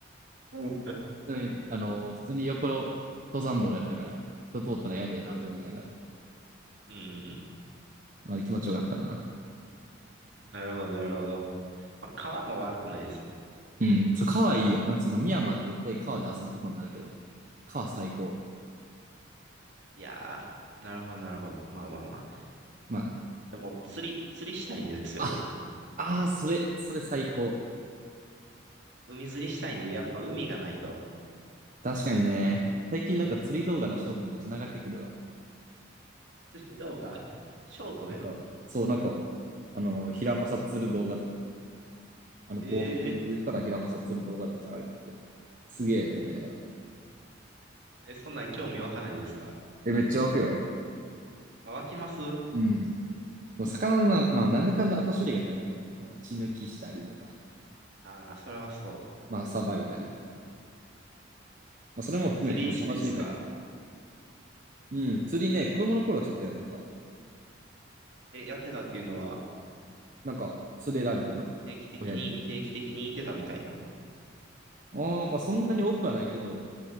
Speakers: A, on the right; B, on the right.
A: うん、
B: 普通に、あの、普通に横の登山道やったから、人通ったらやべえなと思いながら、
A: うん、うん。うん
B: まあ、気持ちよかったな。
A: なるほど、なるほど。まあ、川も悪くないですね。
B: うん、そう、川いいよ。あのその、宮まで絶対川で遊ぶことになるけど、川最高。
A: いやー、なるほど、なるほど。まあまあまあ。
B: ま
A: でも、釣り、釣りしたいんですよ、
B: あ、
A: 僕。
B: あ、あーそれ、それ最高。
A: 海釣りしたいんで、やっぱ海がないと。
B: 確かにね、最近なんか釣り動画のショートめっちゃ流れてくるわ。
A: 釣り動画 <laughs> ショートで。
B: なんか、そう、なんか、あの、平正する動画とか、あの、
A: ええ
B: 防波堤の上から平正する動画とか流れてきて、すげえって思いながら。
A: え、そんなん興味湧かないですか
B: え、めっちゃ湧くよ。
A: あ湧きます
B: うん。でも魚のな、まあ、なんだかんだ後処理が大変やね。この血抜きしたりとか、
A: ああー、それはそ
B: まあ、さばいたりとか。まあ、それも含めての楽しみたいけどね。
A: う。え、釣り行きたいっすか
B: うん、釣りね、子供の頃はちょっとやってた。
A: え、やってたっていうのは、
B: なんか、釣れられてな、
A: 定期的に、
B: 親に。
A: 定期的に行ってたみたいな。
B: ああ、まあ、そんなに多くはないけど、